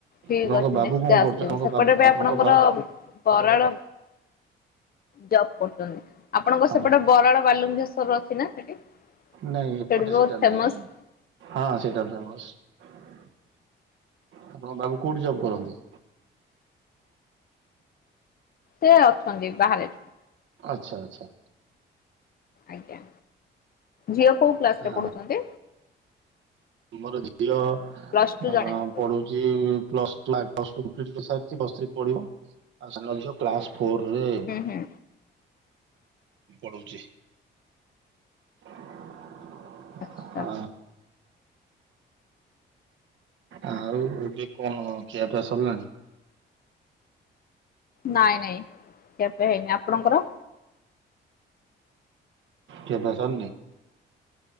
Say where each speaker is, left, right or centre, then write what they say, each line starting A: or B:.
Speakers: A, on the left (about 50°); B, on the right (about 70°).
A: ଠିକ୍
B: ଆପଣଙ୍କ
A: ଅଛି
B: ବାବୁ
A: ନିଚୟ
B: କଣ
A: ଆସିବୁ
B: କରୁଛନ୍ତି ଆପଣଙ୍କ
A: ସେପଟେ
B: ବାବୁ
A: ବି
B: ଆପଣଙ୍କ
A: ଆପଣଙ୍କର
B: ବା
A: ଵରାଳ ଜବ କରୁଚନ୍ତି। ଆପଣଙ୍କ
B: ହଁ
A: ସେପଟେ ବରାଳ ବାଲୁଙ୍କେଶ୍ୱର ଅଛି ନା ସେଠି ସେଠି
B: ନାଇଁ ଏପଟେ
A: ବହୁତ
B: ସେଇଟା ନାଇଁ
A: ଫେମସ।
B: ହଁ ସେଇଟା ଫେମସ ଆପଣଙ୍କ ବାବୁ କୋଉଠି ଜବ କରନ୍ତି?
A: ସେ ଅଛନ୍ତି ବାହାରେ।
B: ଆଚ୍ଛା ଆଚ୍ଛା।
A: ଆଜ୍ଞା ଝିଅ କୋଉ କ୍ଲାସ
B: ହ
A: ରେ ପଢୁଛନ୍ତି?
B: ମୋର ଝିଅ ଅ
A: ପ୍ଲସ ଟୁ ଜଣେ ହୁଁ
B: ପଢୁଚି plus class plus two complete ସାରିଛି ପ୍ଲସ୍‌ ଥ୍ରି ପଢିବା ଆଉ ସାନଝିଅ ଫୋର ରେ
A: ହୁଁ
B: ପଢୁଚି ହ।
A: ଆଚ୍ଛା
B: ଆଉ ଏବେ କଣ ଖିଆପିଆ ସରିଲାଣି?
A: ନାଇଁ ନାଇଁ ଏବେ ହେଇନି ଆପଣଙ୍କର?
B: କିଆ ପିଆ ସରିନେ।